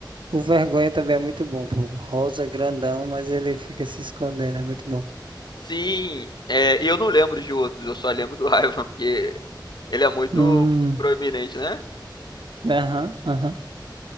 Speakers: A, on the right; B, on the left.
A: O Vergonha também é muito bom, pô. Rosa grandão, mas ele fica se escondendo, é muito bom.
B: Sim, é, e eu não lembro de outros, eu só lembro do <laughs> Ivan porque ele é muito
A: Hum.
B: proeminente, né?
A: Aham, aham.